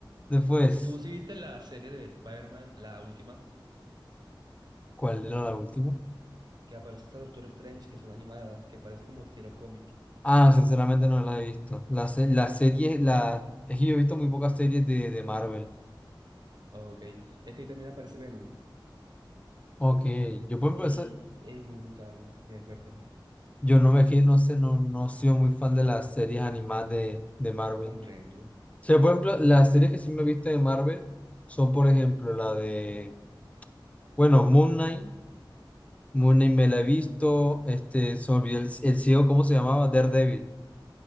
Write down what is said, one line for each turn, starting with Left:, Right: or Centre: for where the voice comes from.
Left: Después,
Right: ¿Tú sí viste la serie de Spider-Man, la última,
Left: ¿cuál era la última?
Right: que aparece esta Doctor Strange, que son animadas, que parece como estilo cómic?
Left: Ah, sinceramente no la he visto. La, se- la serie, la, es que yo he visto muy pocas series de, de Marvel.
Right: Ok. Es que ahí también aparece Venom.
Left: Ok, yo por
Right: Y,
Left: ejemplo,
Right: ey, muy brutal, debes vértela.
Left: yo no me es que no sé, no, no he sido muy fan de las series animadas de, de Marvel.
Right: Comprendo.
Left: O sea, por ejemplo, las series que sí me he visto de Marvel son, por ejemplo, la de, bueno, Moon Knight. Moon Knight me la he visto, este, se me olvidó el, el ciego, ¿cómo se llamaba? Daredevil.